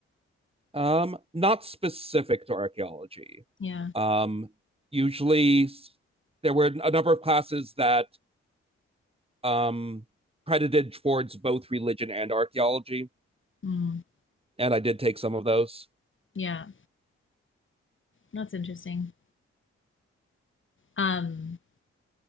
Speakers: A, on the right; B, on the left.
A: Um, not specific to archaeology.
B: Yeah.
A: Um, usually, there were a number of classes that um, credited towards both religion and archaeology,
B: Mm,
A: and I did take some of those.
B: yeah. That's interesting. Um,